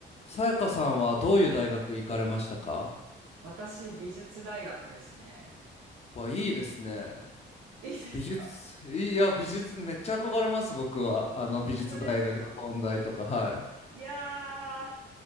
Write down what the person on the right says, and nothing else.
私、美術大学ですね。
いいですか
あ本当ですか
いやー、